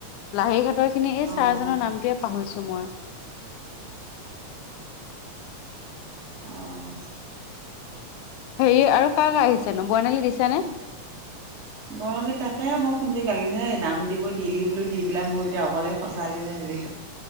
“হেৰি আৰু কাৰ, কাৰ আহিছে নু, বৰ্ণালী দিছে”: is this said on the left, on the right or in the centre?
Left